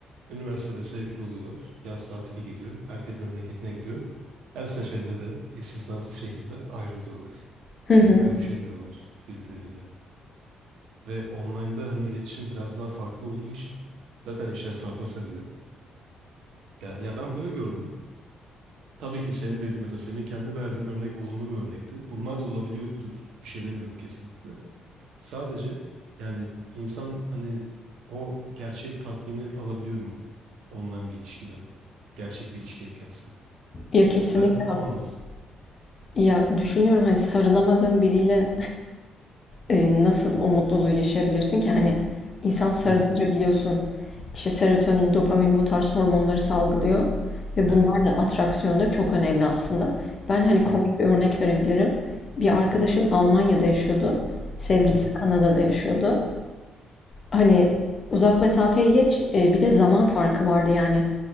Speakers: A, on the right; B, on the left.
A: üniversitede sevgili oluyorlar. Yaz tatili geliyor. Herkes memleketine gidiyor. Her seferinde de istisnasız şekilde ayrılıyorlar.
B: Hı
A: Çünkü
B: hı.
A: görüşemiyorlar birbirleriyle. Ve online'da hani iletişim biraz daha farklı olduğu için zaten işler sarpa sarıyor. Ya, ya ben bunu gördüm. Tabii ki senin dediğin mesela senin kendi verdiğin örnek olumlu bir örnekti. Bunlar da olabiliyordur. Bir şey demiyorum kesinlikle. Sadece yani insan hani o gerçek tatmini alabiliyor mu online bir ilişkiden? Gerçek bir ilişkiye kıyasla.
B: Ya kesinlikle
A: Ben
B: haklısın.
A: alamazdım.
B: Ya düşünüyorum hani sarılamadığım biriyle e, nasıl o mutluluğu yaşayabilirsin ki? Hani insan sarılınca
A: Hı hı.
B: biliyorsun işte serotonin, dopamin bu tarz hormonları salgılıyor ve
A: Evet.
B: bunlar da atraksiyonda çok önemli aslında. Ben hani komik
A: Hı hı.
B: bir örnek verebilirim. Bir arkadaşım Almanya'da yaşıyordu. Sevgilisi
A: Hı hı.
B: Kanada'da yaşıyordu. Hani uzak mesafeyi geç, e, bir de zaman farkı vardı yani.